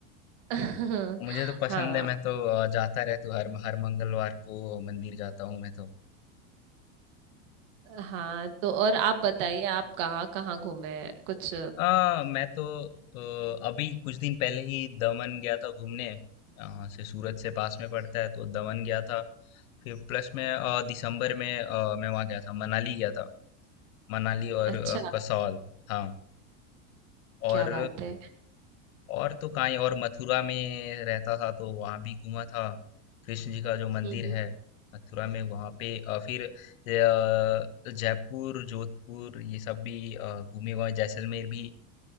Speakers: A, on the right; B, on the left.
A: <laughs> और-
B: मुझे तो पसंद
A: हाँ
B: है, मैं तो अ, जाता रहता हूँ हर हर मंगलवार को मंदिर जाता हूँ मैं तो।
A: हाँ तो और आप बताइए आप कहाँ कहाँ घूमे हैं? कुछ
B: अ, मैं तो अ, अभी कुछ दिन पहले ही दमन गया था घूमने, यहाँ से सूरत से पास में पड़ता है तो दमन गया था। फिर प्लस में अ, दिसंबर में अ, मैं वहाँ गया था, मनाली गया था। मनाली और
A: अच्छा
B: अ, कसौल, हाँ और
A: क्या बात है
B: और तो कांई और मथुरा में रहता था तो वहाँ भी घूमा था कृष्ण जी का जो मंदिर
A: हम्म, हम्म।
B: है मथुरा में वहाँ पे अ, फिर अ, जयपुर जोधपुर ये सब भी अ, घूमे हुआ हूं, जैसलमेर भी